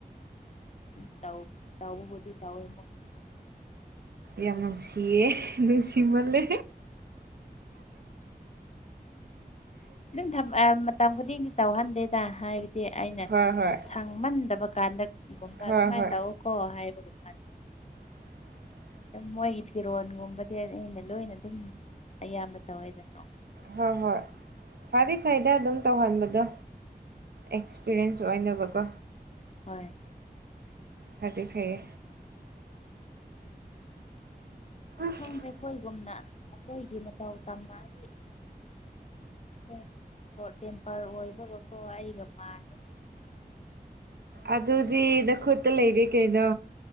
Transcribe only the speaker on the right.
ꯌꯥꯝ ꯅꯨꯡꯁꯤꯌꯦ ꯅꯨꯡꯁꯤꯃꯜꯂꯦ
ꯍꯣꯏ ꯍꯣꯏ
ꯍꯣꯏ
ꯍꯣꯏ
<inaudible>
ꯍꯣꯏ ꯍꯣꯏ ꯐꯗꯤ ꯐꯩꯗ ꯑꯗꯨꯝ ꯇꯧꯍꯟꯕꯗꯣ ꯑꯦꯛꯁꯄꯤꯔꯤꯌꯦꯟꯁ ꯑꯣꯏꯅꯕꯀꯣ
ꯐꯗꯤ ꯐꯩꯑꯦ ꯑꯁ
ꯑꯗꯨꯗꯤ ꯅꯈꯨꯠꯇ ꯂꯩꯔꯦ ꯀꯩꯅꯣ